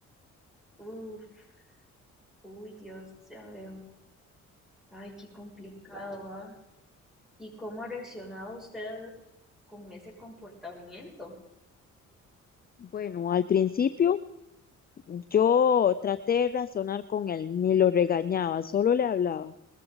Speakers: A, in the centre; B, on the left.
A: Uf, uy, Dios, ya veo. Ay, qué complicado, ¿ah? ¿Y cómo ha reaccionado usted con ese comportamiento?
B: Bueno, al principio Yo traté de razonar con él, ni lo regañaba, solo le hablaba.